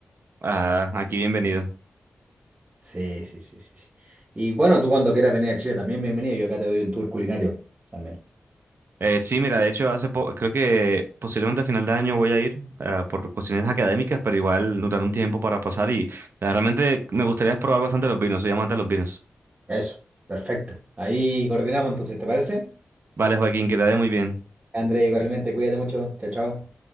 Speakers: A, on the right; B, on the right.
A: Ah, aquí bienvenido.
B: Sí, sí, sí, sí, sí. Y bueno, tú cuando quieras venir a Chile también, bienvenido. Yo acá te doy un tour culinario también.
A: Eh, sí, mira, de hecho, hace po- creo que posiblemente a final de año voy a ir ah, por cuestiones académicas, pero igual nos dará un tiempo para pasar y ah, realmente me gustaría probar bastante los vinos, soy amante de los vinos.
B: Eso, perfecto. Ahí coordinamos entonces, ¿te parece?
A: Vale, Joaquín, que te vaya muy bien.
B: André, igualmente, cuídate mucho. Chao, chao.